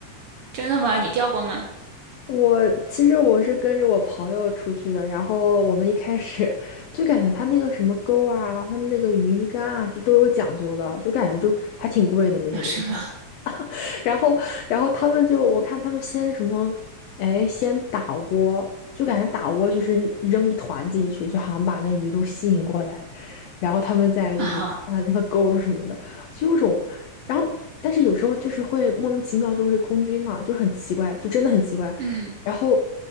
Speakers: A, on the right; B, on the left.
A: 真的吗？你钓过吗？
B: 我其实我是跟着我朋友出去的，然后我们一开始就感觉他那个什么钩啊，然后他那个鱼竿啊，就都有讲究的，就感觉就还挺贵的那些东西。
A: 啊，是吗？
B: <laughs> 然后，然后他们就我看他们先什么，哎，先打窝，就感觉打窝就是扔一团进去，就好像把那鱼都吸引过来。然后他们再就是按那个钩儿什么的，
A: 啊，好
B: 就有种，然后但是有时候就是会莫名其妙就会空军嘛，就是很奇怪，就真的很奇怪，
A: 嗯。
B: 然后